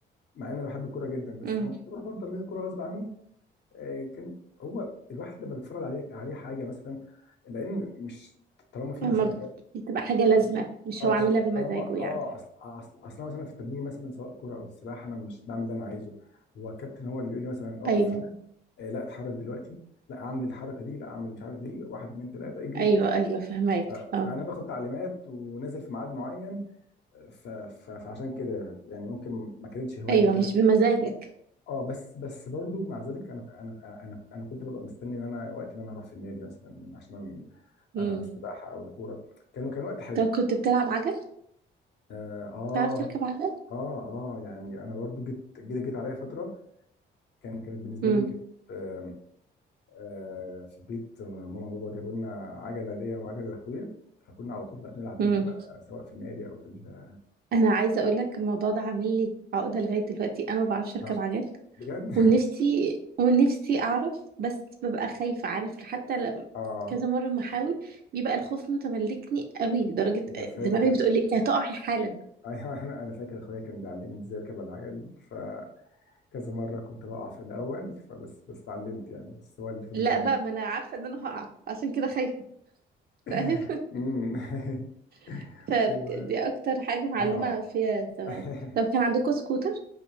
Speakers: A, on the left; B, on the right.
A: مع ان انا بحب الكوره جدا بس
B: امم
A: لما كنت بروح برضه تمرين الكوره غصب عني آه، كان هو الواحد لما بيتفرج عليه عليه حاجه مثلا لان مش طالما في
B: لما
A: مثلا
B: ب- بتبقى حاجه لازمه مش
A: اه
B: هو
A: طل-
B: عاملها بمزاجه
A: طالما اه
B: يعني
A: اصل اصل اصل أنا مثلا في التمرين مثلا سواء كوره او السباحه انا مش بعمل اللي انا عايزه هو الكابتن هو اللي بيقول لي مثلا اقف
B: ايوه
A: هنا آه لا اتحرك دلوقتي لا اعمل الحركه دي لا اعمل مش عارف دي واحد اتنين تلاته اجري
B: ايوه ايوه فهمك
A: فانا
B: اه
A: باخد تعليمات ونازل في ميعاد معين ف ف فعشان كده يعني ممكن ما كانتش هوايه
B: ايوه
A: هي كانت
B: مش بمزاجك
A: اه بس بس برضو مع ذلك انا انا انا انا كنت ببقى مستني ان انا وقت ان انا هروح في النادي مثلا عشان
B: امم
A: العب السباحه او الكوره كانوا كان وقت حلو
B: طب كنت بتلعب عجل
A: اه آه،
B: تعرف تركب عجل
A: اه اه يعني انا برضو جيت جيت جيت عليا فتره كان كانت بالنسبه
B: امم
A: لي كانت آم، آه، في البيت ماما وبابا جابوا لنا عجله ليا وعجله لاخويا فكنا على طول بقى بنلعب
B: امم
A: بيها بقى سواء في النادي او في ال...
B: انا عايزه اقول لك الموضوع ده عامل لي عقده لغايه دلوقتي انا ما بعرفش اركب
A: آه
B: عجل
A: بجد
B: ونفسي ونفسي اعرف بس ببقى خايفة عارف حتى لما
A: <laughs> اه
B: كذا مرة ما احاول بيبقى الخوف متملكني قوي لدرجة
A: انا
B: آه،
A: فاكر
B: دماغي بتقولي انت هتقعي حالا
A: <laughs> ايوه انا أنا فاكر اخويا كان بيعلمني ازاي اركب على العجل فكذا مره كنت بقع في الاول فبس بس اتعلمت يعني بس هو اللي فضل
B: لا
A: يعلمني
B: بقى ما انا عارفة ان انا هقع عشان كده خايفة
A: <laughs>
B: فاهم
A: أمم. <laughs>
B: <laughs> فدي
A: و...
B: اكتر حاجة معلمة
A: اه
B: فيها زمان
A: <laughs>
B: لو كان عندكم سكوتر